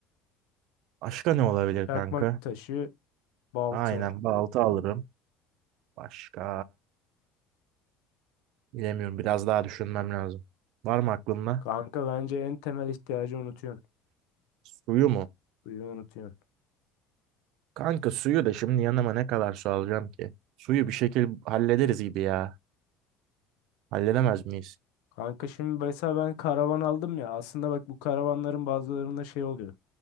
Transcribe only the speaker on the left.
Çakmak
taşı, balta.
Kanka bence en temel ihtiyacı unutuyorsun.
Suyu unutuyorsun.
Kanka şimdi mesela ben karavan aldım ya. Aslında bak bu karavanların bazılarında şey oluyor.